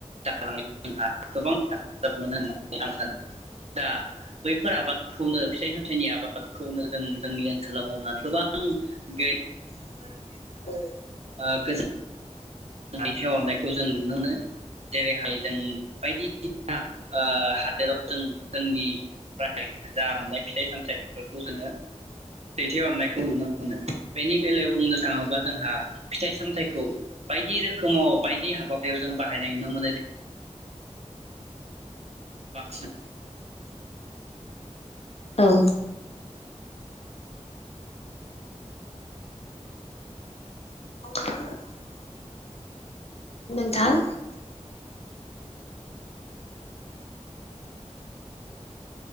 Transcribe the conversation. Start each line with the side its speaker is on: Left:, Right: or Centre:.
Right: दालांनायाव जोंहा गोबां हेफाजाब मोनो होननानै आं सानो दा बैफोर आबादखौनो फिथाइ सामथाइनि आबादखौनो जों जोंनि ओनसोल लाव मावनानै गोबां गे
Left: <inaudible>
Right: आ गो दैथायहरनायखौ जों नुनो मोनो जेरैहाय जों बायदिसिना ओ हादोराव जों जोंनिफ्राय जा मोननाय फिथाइ सामथाइ बेफोरखौ जोङो दैथायहरनायखौ नुनो मोनो। बेनि बेलायाव बुंनो थाङोब्ला जों हा फिथाइ सामथाइखौ बायदि रोखोमाव बायदि हाबाफयाव जों बाहायनाय नुनो मोनो। जेरै बांसिन
Left: <inaudible> औ <inaudible> नोंथां